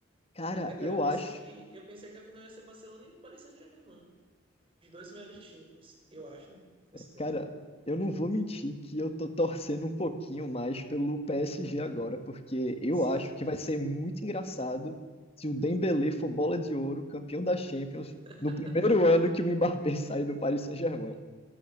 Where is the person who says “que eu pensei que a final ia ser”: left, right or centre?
Right